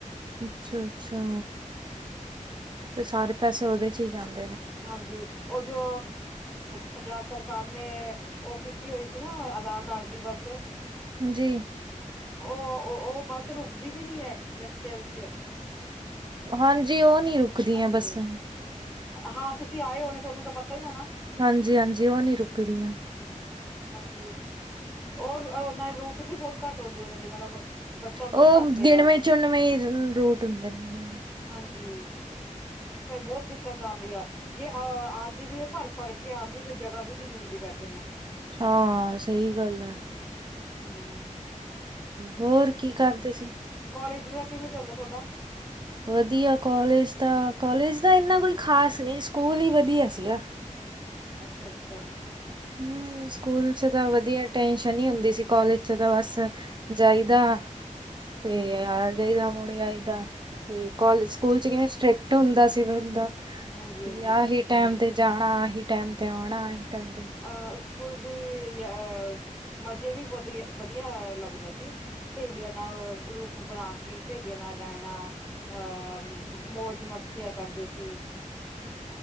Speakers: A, on the right (about 35°); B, on the left (about 15°).
A: ਅਛਾ- ਅਛਾ
B: ਹਾਂਜੀ
A: ਤੇ ਸਾਰੇ ਪੈਸੇ ਉਹਦੇ ਚ ਹੀ ਜਾਦੇ
B: ਹਾਂਜੀ ਉਹ ਜੋ ਪੰਜਾਬ- ਸਰਕਾਰ ਨੇ ਉਹ ਕੀਤੀ ਹੋਈ ਸੀ ਨਾ ਆਧਾਰ ਕਾਰਡ ਦੀ ਬਸ
A: ਹਾਂਜੀ।
B: ਉਹ-ਉਹ ਓ ਬੱਸ ਰੁਕਦੀ ਵੀ ਨੀ ਹੈ, ਰਸਤੇ ਵਿੱਚ।
A: ਹਾਂਜੀ ਉਹ ਨਹੀਂ ਰੁਕਦੀਆਂ
B: ਅੱਡੇ
A: ਬੱਸਾਂ।
B: ਤੇ ਹਾਂ ਤੁਸੀਂ ਆਏ ਹੋਣੇ ਤੁਹਾਨੂੰ ਤਾਂ ਪਤਾ ਹੀ ਹੋਣਾ।
A: ਹਾਂਜੀ-ਹਾਂਜੀ ਉਹ ਨੀ ਰੁਕਦੀਆਂ।
B: ਹਾਂਜੀ ਓ ਰ ਉਹ ਰੂਟ ਵੀ ਬਹੁਤ ਘੱਟ ਹੂੰਦੇ ਉਹਨਾਂ ਦੇ ਮਤਲਬ ਬੱਸਾਂ ਬਹੁਤ
A: ਉਹ
B: ਘੱਟਦੇ
A: ਗਿਣਵੇਂ
B: ਆ
A: ਚੁੰਣਵੇ ਈ ਰੂਟ ਹੁੰਦੇ ਨੇ ਨਾ
B: ਹਾਂਜੀ। ਫੇਰ ਬਹੁਤ ਦਿੱਕਤ ਆਉਂਦੀ ਆ ਜੇ ਅਹ ਆਉਂਦੀ ਵੀ ਹੈ ਭਰ- ਭਰ ਕੇ ਆਉਂਦੀ, ਫਿਰ ਜਗ੍ਹਾ ਵੀ ਨਹੀਂ ਮਿਲਦੀ ਬੈਠਣ ਨੂੰ।
A: ਹਾਂ ਸਹੀ ਗੱਲ ਹੈ।
B: ਹਮ
A: ਹੋਰ ਕੀ ਕਰਦੇ ਸੀ?
B: ਕੌਲਜ ਦਾ ਕਿਵੇਂ ਚੱਲਦਾ ਤੁਹਾਡਾ?
A: ਵਧੀਆ ਕਾੱਲਜ ਦਾ ਕਾੱਲਜ ਦਾ ਇੰਨਾ ਕੁਝ ਖਾਸ ਨਹੀਂ, ਸਕੂਲ ਹੀ ਵਧੀਆ ਸੀਗਾ।
B: ਅੱਛਾ-ਅੱਛਾ।
A: ਹਮ ਸਕੂਲ ਚ ਤਾਂ ਵਧੀਆ ਟੈਂਸ਼ਨ ਨੀ ਹੁੰਦੀ ਸੀ। ਕਾੱਲਜ ਚ ਤਾਂ ਬਸ ਜਾਈਦਾ ਤੇ ਆ ਜਾਈਦਾ ਹੁਣ ਆਈਦਾ ਕਾਲਜ, ਸਕੂਲ ਚ ਕਿਵੇ ਸਟ੍ਰਿਕਟ ਹੁੰਦਾ ਸਿਗਾ
B: ਹਾਂਜੀ-ਹਾਂਜੀ, ਹਾਂਜੀ
A: ਆਹੀ ਟੈਮ
B: ਹਾਂਜੀ
A: ਤੇ ਜਾਣਾ, ਆਹੀ ਟੈਮ ਤੇ ਆਉਣਾ, ਆਹੀ ਟਾਈਮ ਤੇ
B: ਅਹ ਸਕੂਲ ਦੀ ਅ ਮਜੇ ਵੀ ਵਧੀ ਵਧੀਆ ਲੱਗਦਾ ਸੀ ਸਹੇਲੀਆਂ ਨਾਲ ਗਰੁੱਪ ਬਣਾ ਕੇ ਸਹੇਲੀਆਂ ਨਾਲ ਰਹਿਣਾ। ਅਹ ਮੌਜ ਮਸਤੀ ਕਿਆ ਕਰਦੇ ਸੀ?